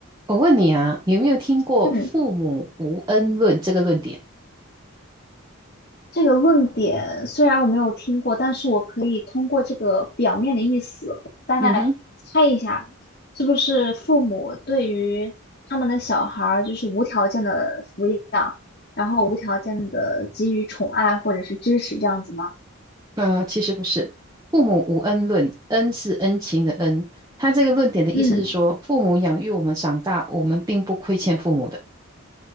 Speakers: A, on the right; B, on the left.
A: 我问你啊，有没有听过“父母无恩论”这个论点？
B: 嗯，这个论点虽然我没有听过，但是我可以通过这个表面的意思，大概猜一下，
A: 嗯哼，
B: 是不是父母对于他们的小孩儿就是无条件的抚养，然后无条件的给予宠爱或者是支持这样子吗？
A: 那、其实不是，“父母无恩论”，恩是恩情的恩。他这个论点的意思是说，
B: 嗯，
A: 父母养育我们长大，我们并不亏欠父母的。